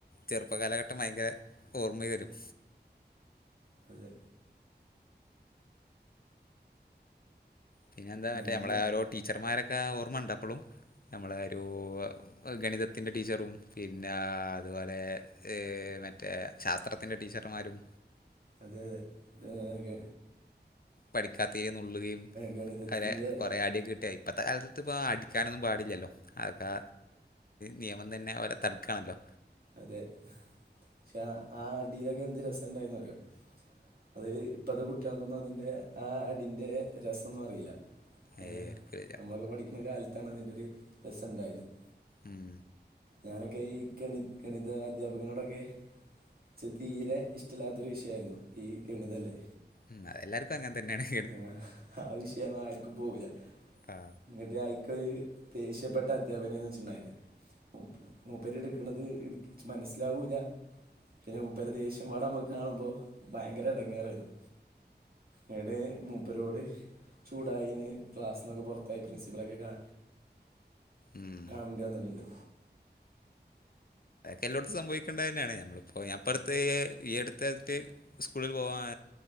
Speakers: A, on the left (about 55°); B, on the right (about 55°).
A: ചെറുപ്പ കാലഘട്ടം ഭയങ്കര ഓർമ്മ വരും
B: അതേ
A: പിന്നെന്താ മറ്റേ
B: ഞാനിന്ന്
A: നമ്മളെ ഒരു ടീച്ചർമാരൊക്കെ ഓർമ്മണ്ടൊ പ്പോളും നമ്മളെ ഒരു ഗണിതത്തിൻ്റെ ടീച്ചറും പിന്നാ അതുപോലെ മറ്റേ ശാസ്ത്രത്തിൻ്റെ ടീച്ചർമാരും
B: അതേ അതെ
A: പഠിക്കാതേനു നുള്ളുകയും
B: ഗണിതത്തിൻ്റെ
A: അരെ കുറെ അടിയൊക്കെ കിട്ടിയ ഇപ്പോഴത്തെ കാ ലത്ത് പ്പോ അടിക്കാനൊന്നും പാടില്ലല്ലോ അതൊക്കെ നിയമം തന്നെ ഓരെ തടുക്കാണല്ലോ
B: അതെ ക്ഷെ ആ അടിയിലൊക്കെ എന്ത് രസണ്ടായിന്ന് അറിയോ അത് ഇപ്പത്തെ കുട്ടികൾക്കൊന്നും അതിന്റെ ആ അടിന്റെ രസൊന്നും അറീല്ല
A: ഏ
B: ഏഹ്,
A: ആയിരിക്കില്ല
B: നമ്മളൊക്കെ പഠിക്കുന്ന കാലത്താണ് അതിന്റെറ ഒരു രസണ്ടായീന്നത്
A: ഉം
B: ഞാനൊക്കെ ഈഗണി ഗണിത അധ്യാപകനോടൊക്കെ ഇച്ച് തീരെ ഇഷ്ടല്ലാത്തൊരു വിഷയയിരുന്നു ഈ ഗണിതല്
A: ഉം അ തെല്ലാർക്കും അങ്ങനെ തന്നെണ്
B: ആഹ്ആ വിഷയൊന്നും ആർക്കും പോവൂല്ല
A: ആ.
B: എന്നിട്ട് അയിക്ക്‌ഒരു ദേഷ്യപ്പെട്ട അധ്യാപനന്ന് ച്ചുണ്ടായിരുന്നത് മൂപ്പരുടെ ക്കണത് ഇച്ച് മനസ്സിലാവൂല പിന്നെ മുപ്പരെ ദേഷ്യപാടെ നമുക്ക് കാണുമ്പോഭയങ്കര എടങ്ങേറയിരുന്നു ങ്ങട് മൂപ്പരോട് ചൂടായിന് ക്ലാസ്സിന്നൊക്കെ പുറത്താക്കി പ്രിൻസിപ്പളൊക്കെ കാ
A: ഉം
B: കാണണ്ടി വന്നിട്ടുണ്ട്
A: എല്ലോട്ത്തും സംഭവിക്കേണ്ടതന്നേണ് നമ്മളിപ്പോ ഞാൻപ്പടുത് ഈ അടുതാൽത്ത് സ്കൂൾല് പോവാ